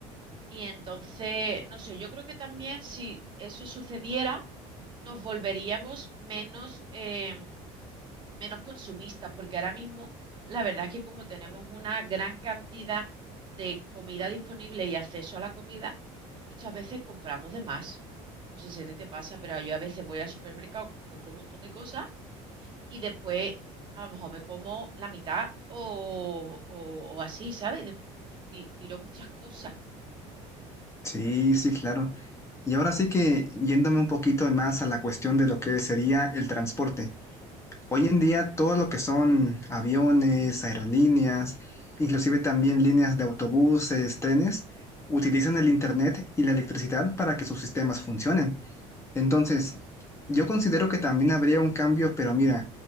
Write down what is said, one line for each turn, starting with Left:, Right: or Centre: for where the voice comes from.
Right: Y entonces, no sé, yo creo que también si eso sucediera, nos volveríamos menos em, menos consumistas, porque ahora mismo la verdad es que como tenemos una gran cantidad de comida disponible y acceso a la comida, muchas veces compramos de más. No sé si a ti te pasa, pero yo a veces voy al supermercado, compro un montón de cosas y después a lo mejor me como la mitad o, o- o así, ¿sabes? De- ti- tiro muchas cosas.
Left: Sí, sí, claro. Y ahora sí que yéndome un poquito más a la cuestión de lo que sería el transporte.
Right: Ujú.
Left: Hoy en día todo lo que son aviones, aerolíneas, inclusive también líneas de autobuses, trenes, utilizan el internet y la electricidad para que sus sistemas funcionen. Entonces, yo considero que también habría un cambio, pero mira,